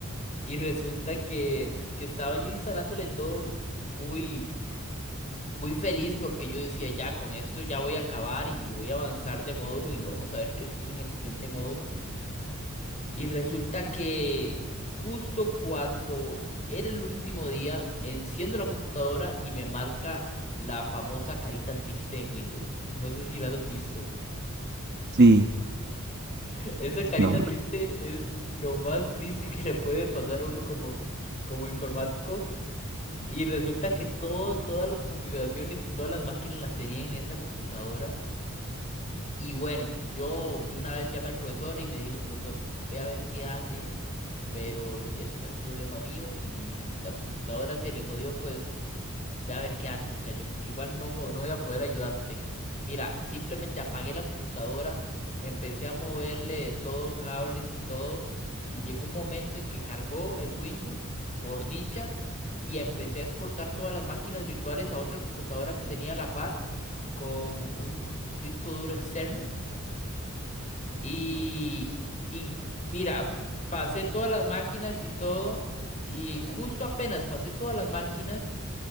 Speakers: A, on the left (about 35°); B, on the right (about 45°).
A: y resulta que, que estaba yo instalándole todo muy muy feliz porque yo decía, ya con esto ya voy a acabar y voy a avanzar de módulo y vamos a ver qué sigue en el siguiente módulo. Y resulta que justo cuando era el último día, enciendo la computadora y me marca la famosa carita triste de Windows. No sé si la has visto.
B: Sí,
A: <laughs> Esa carita
B: no, hombre,
A: triste es lo más triste que le puede pasar a uno como, como informático. Y resulta que todo, todas las configuraciones y todas las máquinas las tenía en esa computadora. Y bueno, yo de una vez llamé al profesor y me dijo el profesor, ve a ver qué hace, pero eso no es problema mío y la computadora se le jodió, pues ve a ver qué hace muchacho, porque igual no, po- no voy a poder ayudarte. Mira, simplemente apagué la computadora, empecé a moverle de todo, cables y todo, y llegó un momento en que cargó el Windows, por dicha, y empecé a exportar todas las máquinas virtuales a otra computadora que tenía a la par con un disco duro externo. Y, y mira, pasé todas las máquinas y todo, y justo apenas pasé todas las máquinas,